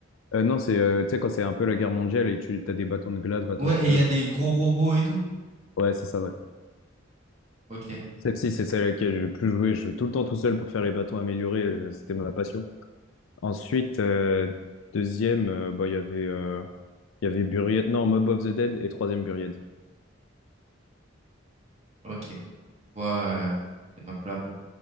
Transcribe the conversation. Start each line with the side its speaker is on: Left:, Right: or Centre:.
Left: Euh, non, c'est, euh, tu sais, quand c'est un peu la guerre mondiale et tu as des bâtons de glace, bâtons
Right: Ouais,
Left: de feu.
Right: et il y a
Left: bâtons
Right: des
Left: de
Right: gros
Left: sang.
Right: robots et tout.
Left: Ouais, c'est ça, ouais.
Right: Ok,
Left: Celle-ci, c'est celle à laquelle j'ai le plus joué. Je jouais tout le temps tout seul pour faire les bâtons améliorés. euh, C'était ma passion. Ensuite, euh, deuxième, euh, bah, il y avait, euh, il y avait Buried. Non, Mob of the Dead et troisième Buried.
Right: ok. Je vois euh, ces maps-là. bon.